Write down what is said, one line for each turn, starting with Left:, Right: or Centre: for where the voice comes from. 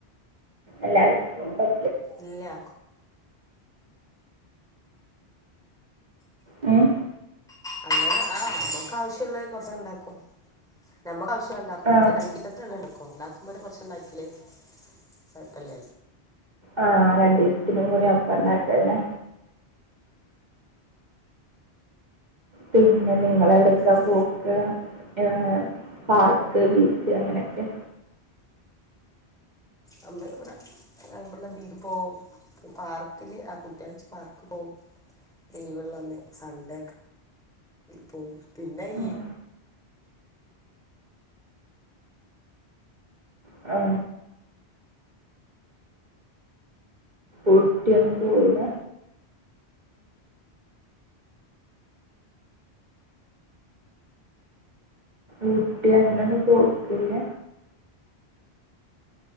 Right: എല്ലാർക്കും പ
Centre: ഇല്ലാ ക്
Right: ഉം
Centre: അങ്ങന ആ നമ്മക്ക് ആവശ്യള്ള കൊർചാണ്ട് ഇണ്ടാക്കും നമ്മക്ക് ആവശ്യം ഇണ്ടാക്കും
Right: ആ
Centre: രണ്ടീസ എടുക്കും ഇണ്ടാക്കുമ്പാണ്ട് കൊർച്ണ്ടാക്കില്ലേ കോഴപ്പല്ല
Right: ആ രണ്ടീസ്ത്തിനും കൂടി ഒപ്പം ഇണ്ടാക്കല്ലേ പിന്നെ നിങ്ങള് എവ്ട്ക്കാ
Centre: ഉം
Right: പോ ക്ക് ഏ പാർക്ക് ബീച്ച് അങ്ങനെക്കെ
Centre: നമ്മടെ ഇവടെ <unintelligible> പൊ പാർക്കില് ആ കുട്ടിയാഴ്ച പാർക്ക് പോവും ലീവ്ള്ള അന്ന് സണ്ടേ ഒക്കെ പോവും പിന്നെ
Right: ഉം.
Centre: ഈ
Right: ആ ഊട്ടിയൊന്നും പോവൂല ഊട്ടി അങ്ങന ഒന്നും പോക്കില്ല